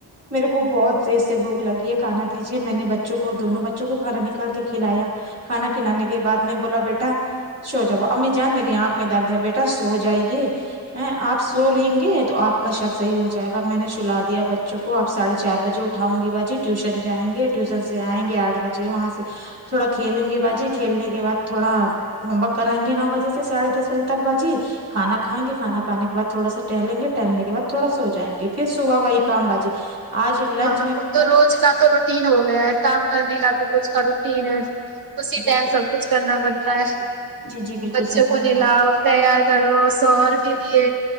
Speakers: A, on the right; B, on the right.
A: میرے کو بہت تیز سے بھوک لگی ہے کھانا دیجیے میں نے بچوں کو دونوں بچوں کو کھانا نکال کے کھلایا کھانا کھلانے کے بعد میں بولا بیٹا سو جا امی جان میری آنکھ میں درد ہے بیٹا سو جائیے آپ سو لیں گے تو آپ کا شر صحیح ہو جائے گا میں نے سلا دیا بچوں کو وہ آپ ساڑھے چار بجے اٹھاؤں گی باجی ٹیوشن جائیں گے ٹیوشن سے آئیں گے آٹھ بجے وہاں سے تھوڑا کھیلیں گے باجی کھیلنے کے بعد تھوڑا ہوم ورک کرائیں گے نو بجے سے ساڑھے دس بجے تک باجی کھا کھائیں گے کھانا کانے کے بعد تھوڑا سا ٹہلیں گے ٹہلنے کے بعد تھوڑا سو ہو جائیں گے پھر صبح وہی کام باجی آج لنچ
B: ہاں
A: میں
B: وہ
A: بولے
B: تو روز نہ تو رو روٹین ہو گیا ہے کام کرنے کا تو روز کا روٹین ہے اسی
A: جی
B: ٹائم
A: جی
B: سب کچھ کرنا پڑتا ہے
A: جی جی بالکل
B: بچوں
A: صحیح فرمارہے
B: کو نلاؤ
A: ہیں
B: تیار کرو شوہر کے لیے